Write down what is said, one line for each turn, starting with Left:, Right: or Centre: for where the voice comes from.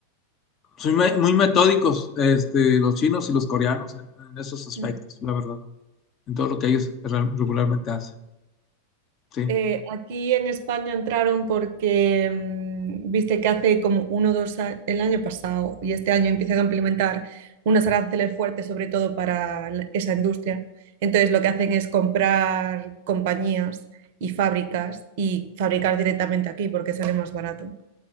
Left: son muy muy metódicos, este, los chinos y los coreanos en, en esos aspectos,
Right: Mm.
Left: la verdad, en todo lo que ellos re- regularmente hacen, sí.
Right: Eh, aquí en España entraron porque, mm, viste que hace como uno o dos años, el año pasado y este año empiezan a implementar unos aranceles fuertes, sobre todo para la- esa industria. Entonces lo que hacen es comprar compañías y fábricas y fabricar directamente aquí porque sale más barato.